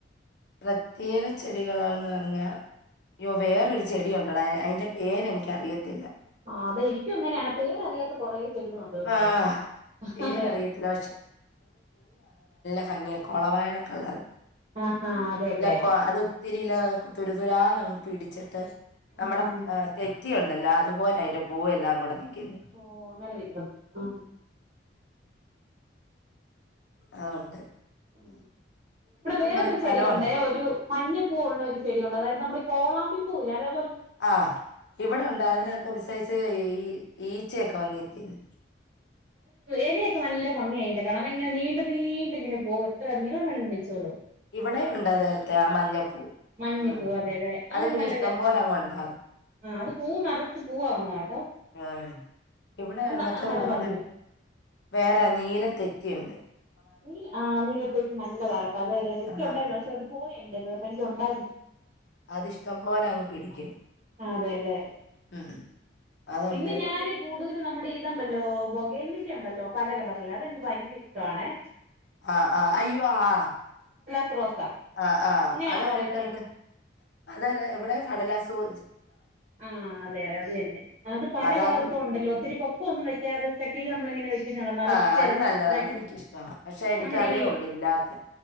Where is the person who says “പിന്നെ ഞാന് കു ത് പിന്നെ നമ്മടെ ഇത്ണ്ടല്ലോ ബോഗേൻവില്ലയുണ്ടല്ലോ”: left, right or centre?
Right